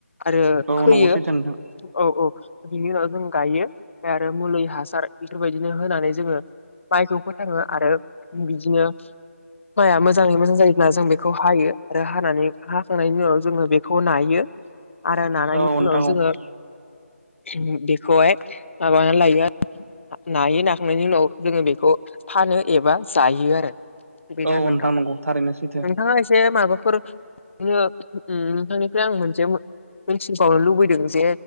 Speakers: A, on the left; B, on the right.
A: आरो
B: औ
A: खोयो
B: नंगौ सैथो नोंथां
A: औ औ बिनि उनाव जों गायो आरो मुलि हासार बेफोरबायदिनो होनानै जोङो माइखौ फोथाङो आरो बिदिनो माइया मोजां मोजाङै मोजां जायोब्ला जों बेखौ हायो आरो हानानै हाखांनायनि उनाव जोङो बेखौ नायो आरो नानायनि
B: औ
A: उनाव
B: नोंथां औ
A: जोङो ओम बेखौहाय माबानानै लायो आरो नायो नाखांनायनि उनाव जोङो बेखौ फानो एबा जायो आरो बेनो
B: औ
A: आरो नोंथां
B: नंगौ थारैनो सैथो
A: नोंथाङा एसे माबा फोर बिनो ओम नोंथांनिफ्राय आं मोनसे मिथिबावनो लुबैदों जे